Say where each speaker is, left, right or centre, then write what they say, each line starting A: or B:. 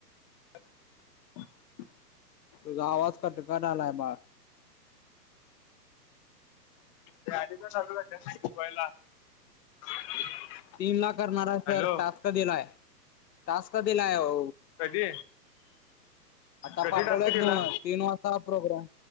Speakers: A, on the left (about 20°); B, on the left (about 80°).
A: <unintelligible>
B: तुझा आवाज कट कटा लाय बाळ.
A: <unintelligible>
B: तीन ला करणार
A: हॅलो
B: सर टास्क दिलाय टास्क दिलाय ओ,
A: कधी?
B: आता
A: कधी
B: पाठवल्यात
A: टास्क दिला
B: नव, तीन वाजता प्रोग्राम,